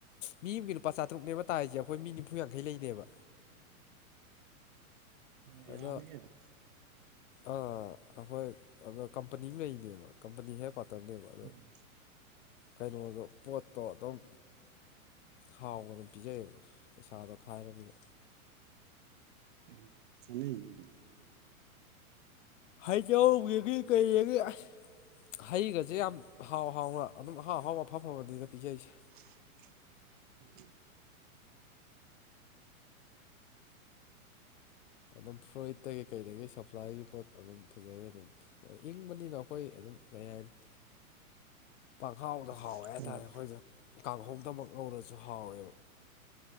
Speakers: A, on the left (about 60°); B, on the right (about 35°).
A: ꯃꯤ ꯑꯃꯒꯤ ꯂꯨꯄꯥ ꯆꯥꯇ꯭ꯔꯨꯛꯅꯦꯕ ꯇꯥꯔꯤꯁꯦ ꯑꯩꯈꯣꯏ ꯃꯤ ꯅꯤꯝꯐꯨ ꯌꯥꯡꯈꯩ ꯂꯩꯗꯦꯕ
B: ꯑ ꯌꯥꯝ
A: ꯑꯗꯣ
B: ꯃꯤꯀꯩꯅꫭ
A: ꯑꯥ ꯑꯩꯈꯣꯏ ꯑꯗꯣ ꯀꯝꯄꯅꯤ ꯑꯃ ꯂꯩꯅꯦꯕ ꯀꯝꯄꯅꯤ ꯍꯦꯛ ꯄ ꯈꯥꯛꯇꯅꯦꯕ ꯑꯗꯨ
B: ꯎꯝ
A: ꯀꯩꯅꯣꯗꯣ ꯄꯣꯠꯇꯣ ꯑꯗꯨꯝ ꯍꯥꯎꯅ ꯑꯗꯨꯝ ꯄꯤꯖꯩꯌꯦꯕ ꯄꯩꯁꯥꯗꯣ ꯈꯥꯏꯔꯕꯤꯗ
B: ꯎꯝ ꯅꯅꯦ ꯑꯗꯨ
A: ꯍꯩꯖꯧ ꯕꯦꯕꯤ ꯀꯩꯒ ꯑꯁ ꯍꯩꯒꯁꯦ ꯌꯥꯝ ꯍꯥꯎ ꯍꯥꯎꯅ ꯑꯗꯨꯝ ꯑꯍꯥꯎ ꯑꯍꯥꯎꯕ ꯑꯐ ꯐꯕꯅꯤꯗ ꯄꯤꯖꯩꯁꯦ
B: ꯎꯝ
A: ꯑꯗꯨꯝ ꯐ꯭ꯂꯣꯏꯍꯤꯠꯇꯒꯤ ꯀꯩꯗꯒꯤ ꯁꯄ꯭ꯂꯥꯏꯒꯤ ꯄꯣꯠ ꯑꯗꯨꯝ ꯐꯖꯩ ꯑꯗꯨꯝ ꯑ ꯏꯪꯕꯅꯤꯅ ꯑꯩꯈꯣꯏ ꯑꯗꯨꯝ ꯀꯩ ꯍꯥꯏꯅꯤ
B: <inaudible>
A: ꯄꯪꯍꯥꯎꯗ ꯍꯥꯎꯋꯦ ꯍꯥꯏꯇꯥꯔꯦ
B: ꯍꯣꯏ
A: ꯑꯈꯣꯏꯗꯨꯝ ꯀꯥꯡꯍꯧꯗꯃꯛ ꯉꯧꯔꯁꯨ ꯍꯥꯎꯋꯦꯕ